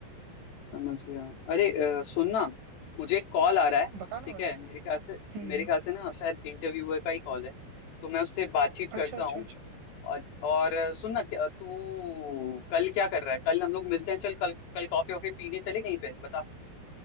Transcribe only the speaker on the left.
समझ गया अरे अ, सुन ना मुझे एक कॉल आ रहा है
ठीक
है मेरे ख्याल से
मेरे ख्याल से ना शायद इंटरव्यूअर का ही कॉल है तो मैं उससे बातचीत करता
हूँ और और सुन ना क्या तू कल क्या कर रहा है कल हम लोग मिलते हैं चल कल कल कॉफी वॉफी पीने चले कहीं पे बता